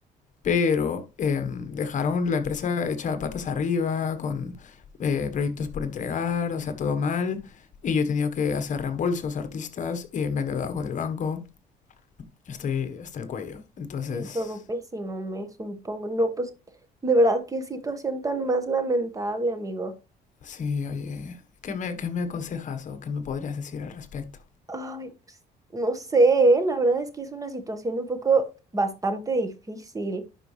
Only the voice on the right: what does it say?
sí, todo pésimo, me supongo. No, pues de verdad, qué situación tan más lamentable, amigo.
Ay, pues, no sé, ¿eh? La verdad es que es una situación un poco bastante difícil,